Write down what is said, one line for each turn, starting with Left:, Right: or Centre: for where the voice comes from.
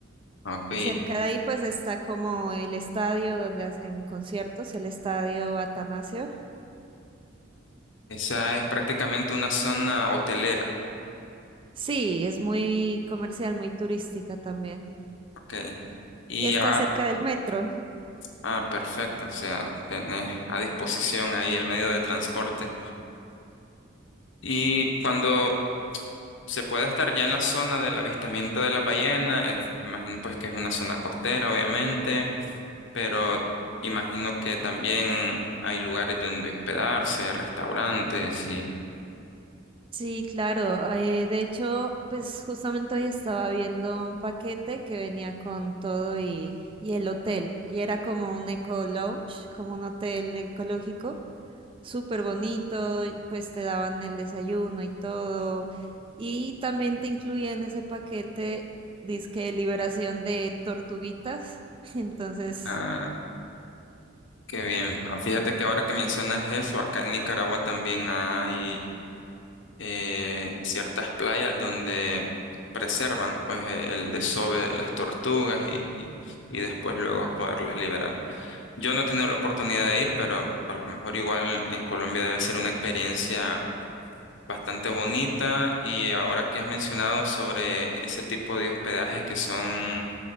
Left: Ok,
Right: Y cerca de ahí pues está como el estadio donde hacen conciertos, el estadio Atanasio.
Left: esa es prácticamente una zona hotelera.
Right: Sí, es muy comercial, muy turística también.
Left: Ok. Y,
Right: Y está
Left: ya
Right: cerca del metro.
Left: Ah, perfecto. O sea, tenés a disposición ahí el medio de transporte. Y cuando se puede estar ya en la zona del avistamiento de la ballena, es- imagino pues que es una zona costera, obviamente, pero imagino que también hay lugares donde hospedarse, restaurantes y...
Right: Sí, claro. eh, de hecho, pues justamente hoy estaba viendo un paquete que venía con todo y, y el hotel. Y era como un eco lounge, como un hotel ecológico. súper bonito, pues te daban el desayuno y todo. Y también te incluía en ese paquete, disque liberación de tortuguitas. <laughs> Entonces,
Left: Ah, qué bien. Ah, Fíjate que ahora que mencionas eso, acá en Nicaragua también hay eh, ciertas playas donde preservan pues e- el desove de las tortugas y, y- y después luego poderlas liberar. Yo no he tenido la oportunidad de ir, pero a lo mejor igual en Colombia debe ser una experiencia bastante bonita y ahora que has mencionado sobre ese tipo de hospedajes que son